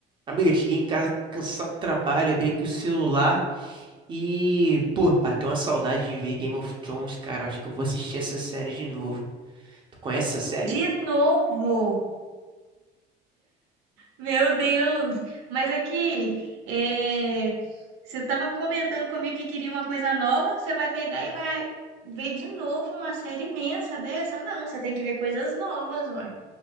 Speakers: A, on the right (about 25°); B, on the right (about 85°).
A: Amiga, cheguei em casa cansado do trabalho, abri aqui o celular e, pô, bateu uma saudade de ver Game of Thrones, cara. Acho que eu vou assistir essa série de novo. Tu conhece essa série?
B: De novo? Meu Deus! Mas aqui, é, você estava comentando comigo que queria uma coisa nova, você vai pegar e vai ver de novo uma série imensa dessa? Não, você tem que ver coisas novas, uai.